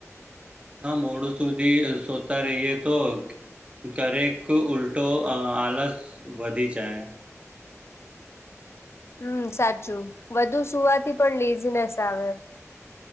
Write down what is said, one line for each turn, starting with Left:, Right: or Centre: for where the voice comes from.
Right: હા, મોડું સુધી શોતા રહીએ તો ઘરેક ઉલટો અહ આલસ વધી જાય.
Left: હમ્મ, સાચું વધુ સુવાથી પણ લેઝીનેસ આવે.